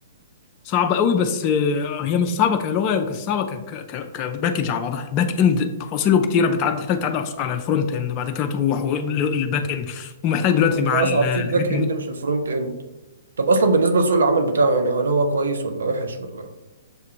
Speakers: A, on the left; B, on the right.
A: صعبه قوي بس آه، هي مش صعبه كلغه بس صعبه ك ك ك- كباكج على بعضها الباك اند تفاصيله كتيره بتعدي تحتاج تعدي على على الفرونت اند بعد كده تروح و- ل- للباك اند ومحتاج دلوقتي مع
B: اصعب
A: ال- الحاجات
B: في الباك اند
A: الم-
B: مش الفرونت اند طب اصلا بالنسبه لسوق العمل بتاعه يعني هل هو كويس ولا وحش ولا